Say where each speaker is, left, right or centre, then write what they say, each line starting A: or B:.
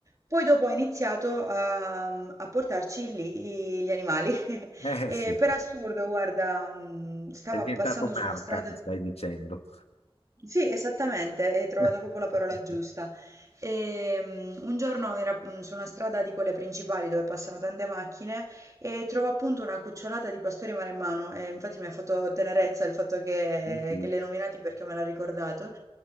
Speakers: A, on the right; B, on the left.
A: poi dopo ha iniziato a, a portarci lì i- gli animali. <laughs>
B: eh,
A: E
B: sì,
A: per assurdo, guarda, mm, stava
B: è diventato
A: passando
B: un'arca,
A: su una strada.
B: mi stai dicendo.
A: Sì, esattamente, hai trovato
B: <laughs>
A: proprio la parola giusta. Ehm, un giorno era mm, su una strada di quelle principali dove passano tante macchine e trovo appunto una cucciolata di pastori maremmano e infatti mi ha fatto tenerezza il fatto che,
B: Sì, sì,
A: che li hai nominati perché me l'ha ricordato